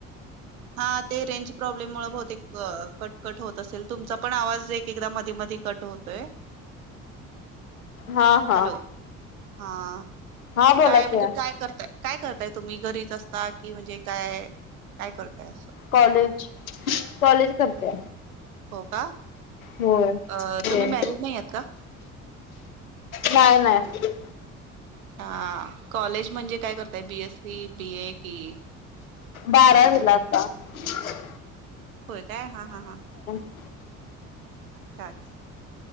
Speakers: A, on the right; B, on the left.
A: हा ते रेंज प्रॉब्लेम मुळ बहतेक कट, कट होत असेल, तुमचा पण आवाज एक एकदा मधी मध कट होतोय.
B: हा हा
A: हॅलो? <unintelligible> हां
B: हा बोला
A: काय म्हणजे
B: कि
A: काय करताय, काय करताय तुम्ही, घरीच असता कि म्हणजे काय काय करताय असं
B: कॉलेज कॉलेज करते
A: हो का
B: होय
A: अ
B: होय
A: तुम्ही मॅरिड नाही आहात का
B: नाही नाही
A: अच्छा कॉलेज म्हणजे काय करताय बीएससी बीए की
B: बारावी ला आहै आता
A: होय काय हा हा हा
B: ह <inaudible>
A: अच्छा अच्छा